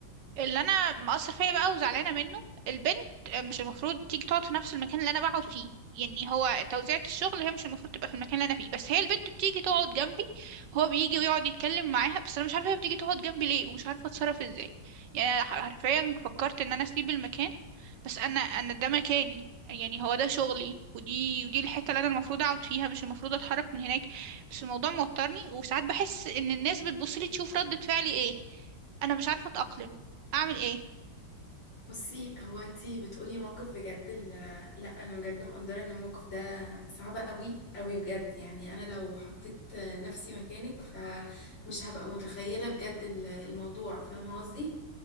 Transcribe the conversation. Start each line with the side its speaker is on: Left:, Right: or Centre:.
Right: اللي انا مقصر فيا بقى وزعلانه منه البنت مش المفروض تيجي تقعد في نفس المكان اللي انا بقعد فيه يعني هو توزيعة الشغل هي مش المفروض تبقى في المكان اللي انا فيه بس هي البنت بتيجي تقعد جنبي وهو بيجي ويقعد يتكلم معاها بس انا مش عارفه هي بتيجي تقعد جنبي ليه ومش عارفه اتصرف ازاي يعني أنا حرفيا فكرت ان انا اسيب المكان بس انا انا ده مكاني يعني هو ده شغلي ودي ودي الحته اللي انا المفروض اقعد فيها مش المفروض اتحرك من هناك بس الموضوع موترني وساعات بحس ان الناس بتبصلي تشوف ردة فعلي ايه انا مش عارفه اتاقلم اعمل ايه
Left: بصي هو انتي بتقولي موقف بجد ال- لا انا بجد مقدره ان الموقف ده صعب قوي قوي بجد يعني انا لو حطيت نفسي مكانك فمش هبقى متخيله بجد ال- الموضوع فاهمه قصدي